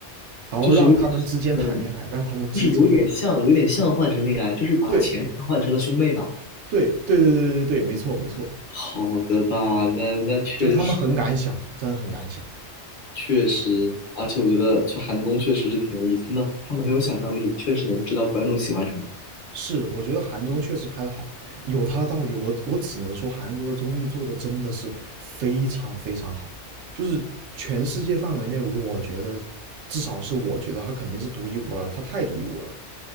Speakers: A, on the right; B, on the left.
A: 然后让他们之间谈恋爱，
B: 就是有点嗯，
A: 让他们之间有
B: 就是有点像，有点像换乘恋爱，就是把前任换成了兄妹嘛。
A: 对对对对对对对，没错没错。
B: 好的吧，那那确实
A: 就他们很敢想，真的很敢想。
B: 确实，而且我觉得去韩综确实是挺有意思，他们他们很有想象力，确实能知道观众喜欢什么。
A: 是，我觉得韩综确实拍得好，有他的道理。我我只能说，韩国的综艺做的真的是非常非常好，就是全世界范围内，我觉得至少是我觉得他肯定是独一无二，他太独一无二了。